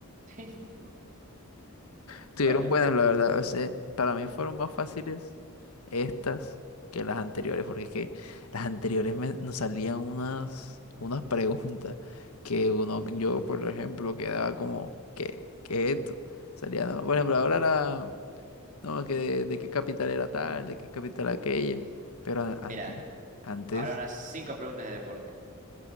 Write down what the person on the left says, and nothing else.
Estuvieron
buenas, la verdad. O sea, para mí fueron más fáciles estas que las anteriores, porque es que las anteriores me- nos salían unas, unas preguntas que uno, yo por ejemplo, quedaba como, ¿qué, qué es esto? Salía, no, por ejemplo, ahora era, no, que de, de qué capital era tal, de qué capital aquella, pero a- antes,
antes,